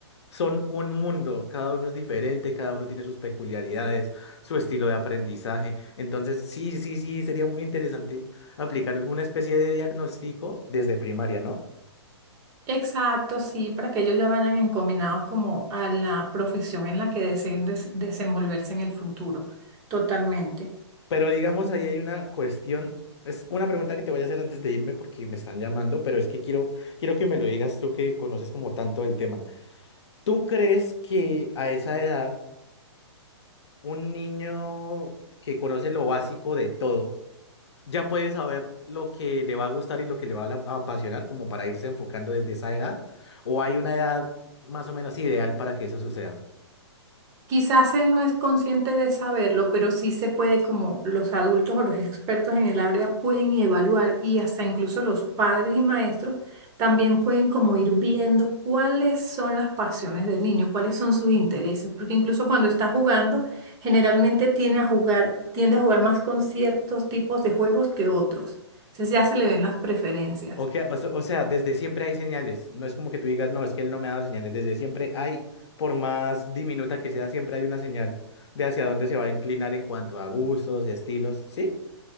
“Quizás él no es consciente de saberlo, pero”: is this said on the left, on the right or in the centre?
Right